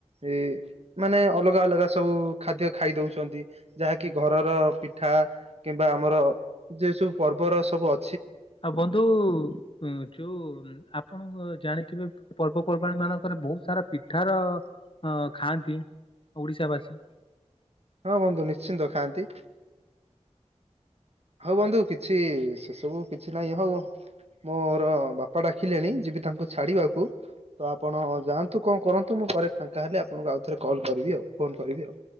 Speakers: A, on the right (about 60°); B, on the left (about 45°).
A: ଏ ମାନେ ଅଲଗା ଅଲଗା ସବୁ ଖାଦ୍ୟ ଖାଇ ଦଉଛନ୍ତି ଯାହାକି ଘରର ପିଥ୍ ଠା କିମ୍ବା ଆମର ଯେ ସବୁ ପର୍ବର ସବୁ ଅ
B: ଆଉ ବନ୍ଧୁ ଉଁ ଯୋଉ ଆପଣଙ୍କ ଜାଣିଥିବେ ପର୍ବପର୍ବାଣି ମାନଙ୍କରେ ବହୁତ୍ ସାରା ପିଠାର ଅ ଖାଆନ୍ତି। ଓଡ଼ିଶାବାସୀ।
A: ହଁ ବନ୍ଧୁ ନିଶ୍ଚିନ୍ତ ଖାଆନ୍ତି। ହଉ ବନ୍ଧୁ କିଛି ସେ ସବୁ କିଛି ନାହିଁ ହଉ। ମୋର ବାପା ଡାକିଲେଣି ଯିବି ତାଙ୍କୁ ଛାଡ଼ିବାକୁ। ତ ଆପଣ ଯାଆନ୍ତୁ କଣ କରନ୍ତୁ ମୁଁ ପରେ ଫାଙ୍କା ହେଲେ ଆପଣଙ୍କୁ ଆଉ ଥରେ କଲ୍ କରିବି ଆଉ ଫୋନ କରିବି ଆଉ।